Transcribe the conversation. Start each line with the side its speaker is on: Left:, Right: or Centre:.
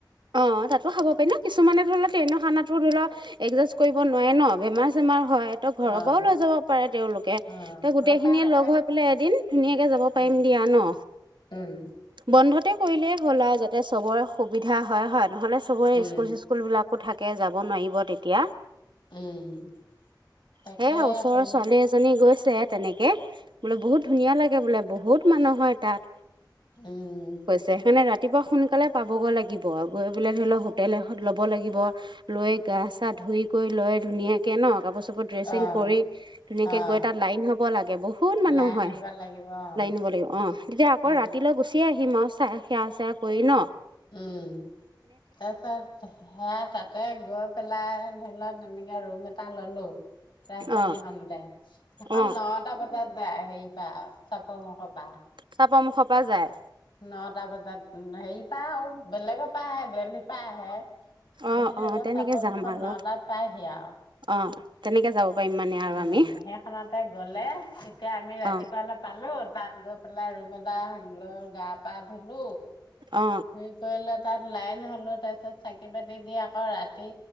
Right: অ ত খাব পাৰি ন কিছুমানে ধৰি লও ট্ৰেইনৰ খানাতো ধৰি লও এডজাষ্ট কৰিব নোৱাৰে ন বেমাৰ চেমাৰ হয় তই ঘৰৰ
Left: অ',
Right: পৰাও লৈ যাব পাৰে তেওঁলোকে
Left: অ',
Right: তই গোটেই
Left: ঘৰৰ
Right: খিনিয়ে
Left: পৰা
Right: লগ
Left: এ
Right: হৈ পেলাই এদিন ধুনীয়াকে যাব পাৰিম
Left: উম,
Right: দিয়া ন!
Left: উম,
Right: বন্ধত ততে কৰিলেই হ'ল আও, যাতে চবৰে সুবিধা হয় হয় নহ'লে চবৰে
Left: উম,
Right: স্কুল স্কুল বিলাকো থাকে কে যাব নোৱাৰিব তেতিয়া
Left: উম তাকে
Right: সেয়া ওচৰৰ
Left: কৰিল
Right: ছোৱালী এজনী গৈছে তেনেকে বোলো বহুত ধুনীয়া লাগে বোলে বহুত মানুহ হয় তাত
Left: উম,
Right: হৈছে সেইকাৰণে ৰাতিপুৱা শুন। সোনকালে পাবগৈ লাগিব গৈ পেললে ধৰি লও হোটেল এত ল'ব লাগিব লৈ গাছ। তাত ধুই কৰি লয় ধুনীয়াক। কেন। কাপোৰ চাপোৰ ড্ৰেচিং
Left: অ',
Right: কৰি ধুনীয়াকে
Left: অ',
Right: গৈ তাত লাইন হ'ব লাগে। বহুত মানুহ
Left: লাইন
Right: হয়
Left: হ'ব লাগিব অ',
Right: লাইন হব লাগিব অ তেতিয়া আকৌ
Left: উম,
Right: ৰাতিলৈ গুচিয় আহিম আৰু চাই সেয়া চাই। শুইন
Left: উম তাৰ পিত সেয়া তাতে গৈ পেলাই। লত এনেকে ৰুম এটা ললো। ৰাজধানী
Right: অ
Left: খতে সেইখন
Right: অ
Left: নটা বজাত যায়। সেই পা চাপ ম ক।
Right: চাপৰমুখৰ পৰা যায়
Left: নটা বজাত সেইৰি। তা আ বেলেগ। তা বেলেগ ত। পাই আহে আহি
Right: অ
Left: ধৰি
Right: অ
Left: লওক
Right: তেনেকে
Left: চাপৰখন
Right: যাম আৰু
Left: নটাত পাইহি। আৰু
Right: অ তেনেকে যাব পাৰিম মানে আৰু
Left: উম
Right: আমি
Left: সেইখনতে গলে তেতিয়া আমি ৰাতিপুৱ
Right: অ
Left: অৈ পালো তাত গৈ পেলাই ৰুম এটা লৈ। গা পা ধুলো।
Right: অ
Left: থুই কলা। তাত লাইন হলো তাৰপিছত চাকি পাতি দি আকৌ ৰাতি